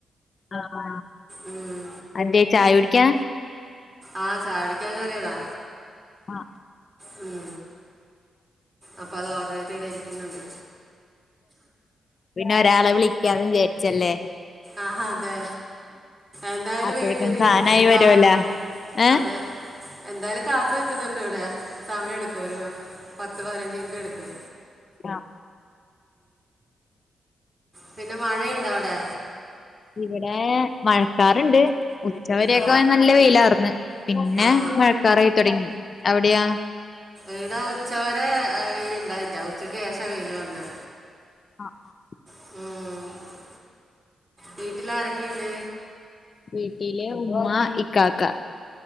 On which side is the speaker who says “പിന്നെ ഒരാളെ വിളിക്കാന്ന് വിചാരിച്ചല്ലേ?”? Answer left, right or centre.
Left